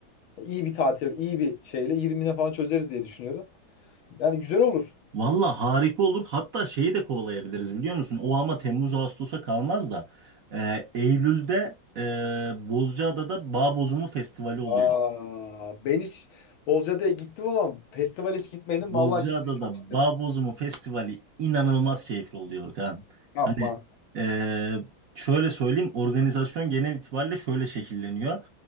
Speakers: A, on the left; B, on the right.
A: İyi bir tatil, iyi bir şeyle 20'ne falan çözeriz diye düşünüyorum. Yani güzel olur.
B: Valla harika olur. Hatta şeyi de kovalayabiliriz biliyor musun? O ama Temmuz Ağustos'a kalmaz da. e, Eylül'de e, Bozcaada'da Bağ bozumu Festivali oluyor.
A: Aa, ben hiç Bolca'da gittim ama festival hiç gitmedim.
B: Bozcaada'da
A: Vallahi gitmeyi çok isterim.
B: Bağ Bozumu Festivali inanılmaz keyifli oluyor Kaan.
A: Yapma.
B: Hani eee, şöyle söyleyeyim organizasyon genel itibariyle şöyle şekilleniyor.